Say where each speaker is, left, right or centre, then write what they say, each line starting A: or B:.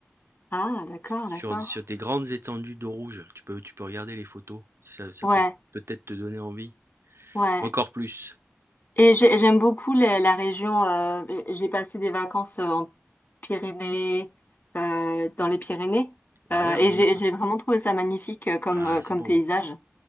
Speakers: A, on the left (about 45°); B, on the right (about 75°).
A: Ah, d'accord,
B: sur
A: d'accord.
B: sur des grandes étendues d'eau rouge. Tu peux tu peux regarder les photos, ça ça
A: Ouais.
B: peut peut-être te donner envie.
A: Ouais,
B: Encore plus.
A: Et j'ai- j'aime beaucoup la, la région. euh, j'ai passé des vacances euh, en Pyrénées, euh, dans les Pyrénées,
B: Ouais,
A: euh, et
B: en
A: j'ai j'ai vraiment trouvé ça magnifique euh, comme
B: ah,
A: euh,
B: c'est
A: comme
B: beau.
A: paysage.